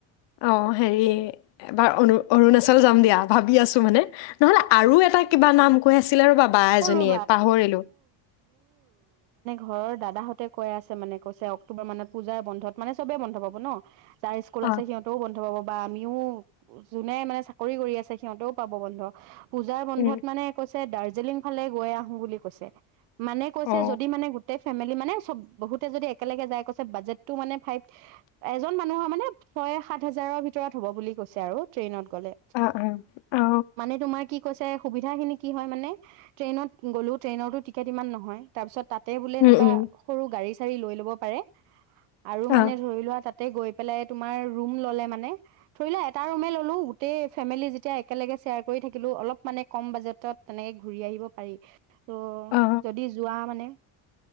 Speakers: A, on the left; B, on the right.
A: অ হেৰি এবাৰ অৰুণাচল যাম দিয়া ভাবি আছো মানে নহ'লে আৰু এটা কিবা নাম কৈ আছিলে ৰ'বা বা এজনীয়ে
B: অ অ অ
A: পাহৰিলোঁ
B: ঘৰৰ দাদাহঁতে কৈ আছে মানে কৈছে অক্টোবৰ মানত পূজাৰ বন্ধত মানে চবে বন্ধ পাব ন যাৰ স্কুল
A: অ
B: আছে সিহঁতেও বন্ধ পাব বা আমিও যোনে মানে চাকৰি কৰি আছে সিহঁতেও পাব বন্ধ পূজাৰ বন্ধত
A: উম
B: মানে কৈছে তে ডাৰ জেলিং ফালে গৈ আহো বুলি কৈছে মানে কৈছে
A: অ
B: যদি মানে গোটেই ফেমেলি মানে চব বহুতে যদি একেলগে যাই কৈছে বাজেটটো মানে ফাএভ এজন মানুহৰ মানে ছয় সাত হাজাৰৰ ভিতৰত হ'ব বুলি কৈছে আৰু ট্ৰেইনত গলে
A: অ অ অ
B: মানে তোমাৰ কি কৈছে সুবিধাখিনি কি হয় মানে ট্ৰেইনত গ'লো ট্ৰেইনৰতো টিকেট ইমান নহয় তাৰপিছত তাত তাতে বোলে এনেকুৱা
A: উম উম
B: সৰু গাড়ী গাড়ী লৈ ল'ব পাৰে আৰু মানে
A: অ
B: ধৰি লোৱা তাতে গৈ পেলাই তুমাৰ ৰুম ল'লে মানে ধৰি লোৱা এটা ৰুমে ললো গোটেই ফেমেলি যেতিয়া একেলগে শ্বেয়াৰ কৰি থাকিলো অলপ মানে কম বাজেটত তেনেকে ঘূৰি আহিব পাৰি ত'
A: অ
B: যদি যোৱা মানে